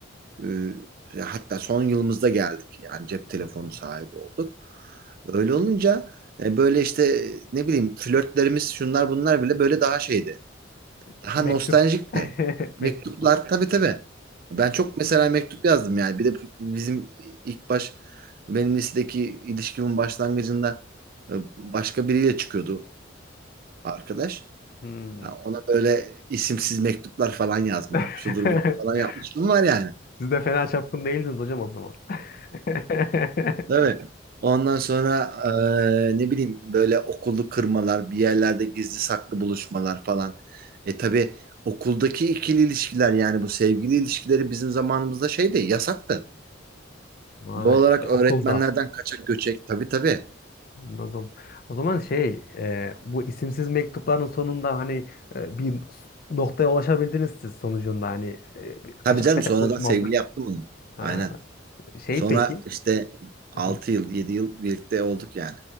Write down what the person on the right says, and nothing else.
Ee, hatta son yılımızda geldik. Yani cep telefonu
sahibi olduk. Öyle olunca e, böyle işte ne bileyim flörtlerimiz şunlar bunlar bile böyle daha şeydi ha
nostaljik
de. Mektuplar
tabii tabii. Ben çok mesela mektup yazdım yani. Bir de bizim ilk baş benim lisedeki ilişkimin başlangıcında e, başka biriyle çıkıyordu arkadaş.
Ha, Ona böyle isimsiz mektuplar falan yazma.
Şudur bu falan yapmışlığım var yani.
Değil mi? Ondan sonra eee, ne bileyim böyle okullu kırmalar, bir yerlerde gizli saklı buluşmalar falan. E tabii okuldaki ikili ilişkiler yani bu sevgili ilişkileri bizim zamanımızda şeydi, yasaktı.
Doğal olarak
öğretmenlerden
kaçak göçek. Tabii tabii.
Tabii canım
sonradan
sevgili
yaptım onu.
Aynen.
Sonra
işte altı
yıl, 7 yıl birlikte olduk yani.